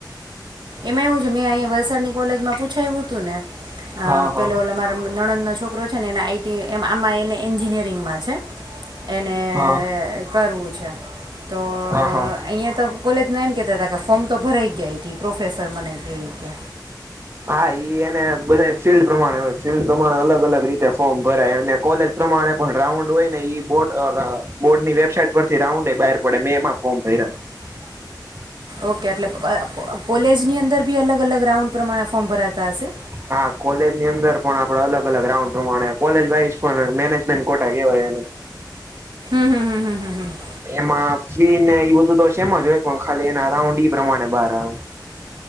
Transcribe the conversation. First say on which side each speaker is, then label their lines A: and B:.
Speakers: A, on the right; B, on the right.
A: એમાં એવું છે મેં અહીંયા વલસાડની કોલેજમાં પૂછાયું હતું ને અ
B: હા હા
A: પેલો ઓ મારા નણંદ ન છોક છોકરો છે ને એને આઈટી એમ આમાં એને એન્જિનિયરિંગમાં છે છે એને
B: હા
A: કરવું છે અચ્છા તો
B: હા હા
A: હીં તો કોલેજ માં એમ કેતા તા કે ફોર્મ તો ભરાઈ ગયા કે પ્રોફેસર મને એ કે
B: હા ઈ એ બધા ફિલ્ડ પ્રમાણે હોય ફિલ્ડ પ્રમાણે અલગ અલગ રીતે ફોર્મ ભરાય અને કોલેજ પ્રમાણે પણ રાઉન્ડ હોય ને બોર્ડ બોર્ડ ની વેબસાાઈટ પરથી રાઉન્ડ બહાર પડે મેં એમાં ફોર્મ ભર્યા
A: ઓકે એટલે <unintelligible> કોલેજની અંદર બી અલગ-અલગ રાઉન્ડ પ્રમાણે ફોર્મ ભરાતા હશે?
B: હા કોલેજની અંદર પણ આપડે અલગ-અલગ રાઉન્ડ પ્રમાણે કોલેજ વાઈઝ પણ મેનેજમેન્ટ કોટા કેવાય એને.
A: હમ્મ-હમ્મ-હમ્મ-હમ્મ-હમ્મ.
B: એમાં ફી ને ઈ બધું તો સેમ જ હોય પણ ખાલી એના રાઉન્ડ ઈ પ્રમાણે બાર આવે.